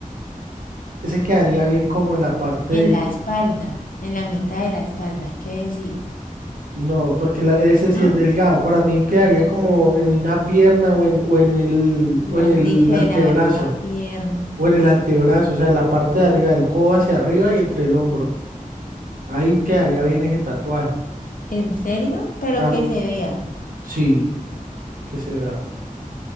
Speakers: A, on the right; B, on the left.
A: ese quedaría bien como en la parte
B: en
A: de-
B: la espalda, en la mitad de la espalda. ¿Qué decís?
A: no, porque la- ese
B: ¿No?
A: sí es delgado, para mí quedaría como en una pierna o en, o en el,
B: Me
A: o en
B: han
A: el
B: dicho
A: antebrazo,
B: de la berraca pierna.
A: o en el antebrazo, o sea, la parte de arriba del codo hacia arriba y entre el hombro, ahí quedaría bien ese tatuaje,
B: ¿En serio? Pero
A: Ah,
B: que se vea.
A: sí, que se vea,